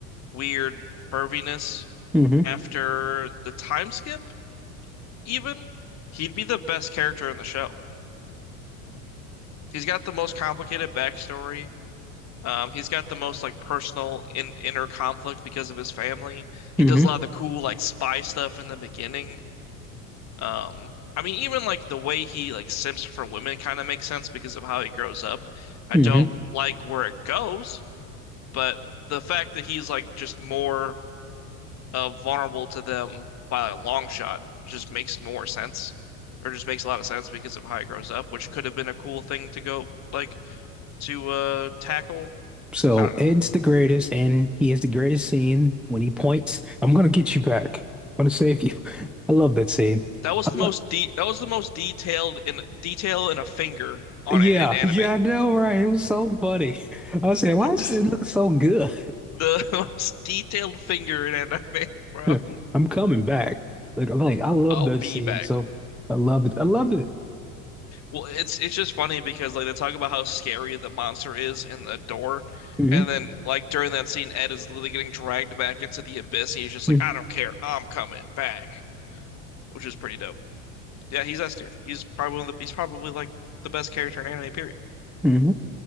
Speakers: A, on the left; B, in the centre.
A: weird perviness
B: hmm
A: after the time skip even he'd be the best character in the show. He's got the most complicated backstory. Um, he's got the most like personal in, inner conflict because of his family. He
B: hmm
A: does a lot of the cool like spy stuff in the beginning. Um, I mean, even like the way he like simps for women kind of makes sense because of how he grows up. I
B: hmm
A: don't like where it goes, but the fact that he's like just more uh, vulnerable to them by a long shot just makes more sense, or just makes a lot of sense because of how he grows up, which could have been a cool thing to go like to uh tackle.
B: So
A: I don't know.
B: Ed's the greatest, and he has the greatest scene when he points, I'm gonna get you back. I'm gonna save you. <laughs> I love that scene.
A: That was
B: I
A: the
B: lo
A: most de that was the most detailed in detail in a finger on
B: yeah,
A: it in anime.
B: yeah, I know, right? It was so funny. <laughs> I said, why does
A: <laughs>
B: it look so good?
A: The most detailed finger in anime,
B: <laughs>
A: bro.
B: I'm coming back. Like I'm like, I love
A: I'll
B: that
A: be
B: scene.
A: back.
B: So I loved it. I loved it.
A: Well, it's it's just funny because like they talk about how scary the monster is in the door,
B: hmm
A: and then like during that scene, Ed is literally getting dragged back into the abyss, and he's just
B: hmm
A: like, "I don't care, I'm coming back," which is pretty dope. Yeah, he's S tier. He's probably one of the, he's probably like the best character in anime, period.
B: hmm